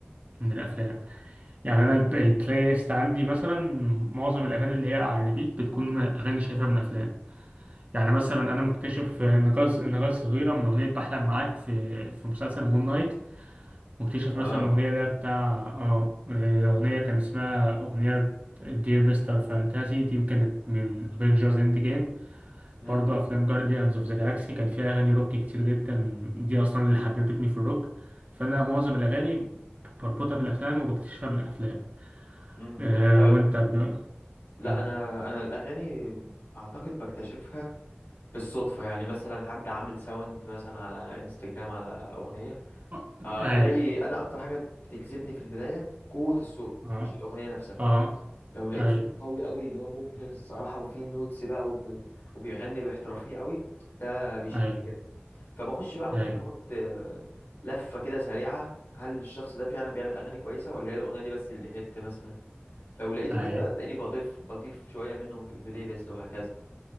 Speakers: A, on the right; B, on the left.
A: من الأفلام يعني أنا الب- البلاي ليست عندي مثلا معظم الأغاني اللي هي على الريبيت بتكون أغاني شايفها من أفلام يعني مثلا انا مكتشف نغاز نغاز صغيره من اغنيه بحلم معاك في في مسلسل مون نايت مكتشف
B: اه
A: مثلا اغنيه اللي هي بتاع اه آه، اغنيه كان اسمها اغنيه دير مستر فانتازي دي كانت من افنجرز اند جيم
B: امم
A: برضو افلام جارديانز اوف ذا جالاكسي كان فيها اغاني روك كتير جدا دي اصلا اللي حببتني في الروك فانا معظم الاغاني بربطها بالافلام وبكتشفها من الافلام
B: امم
A: أه
B: يعني انت
A: وانت ب...
B: لا
A: كمل
B: انا انا الاغاني اعتقد بكتشفها بالصدفه يعني مثلا حد عامل ساوند مثلا على انستجرام على اغنيه
A: آه،
B: آه،
A: اي
B: الاقي انا اكتر حاجه بت- بتجذبني في البدايه قوه الصوت
A: اه
B: مش الاغنيه نفسها
A: اه
B: لو لقيت
A: اي
B: صوت قوي قوي اللي هو مبهر الصراحه وفيه نوتس بقى وب... وبيغني باحترافيه قوي ده بيشدني
A: اي
B: جدا فبخش بقى ممكن
A: اي
B: اخد آه، لفه كده سريعه هل الشخص ده فعلا بيعمل اغاني كويسه ولا هي الاغنيه دي بس اللي هت مثلا لو لقيته
A: اي
B: كده هتلاقيني بضيف بضيف شويه منهم في البلاي ليست وهكذا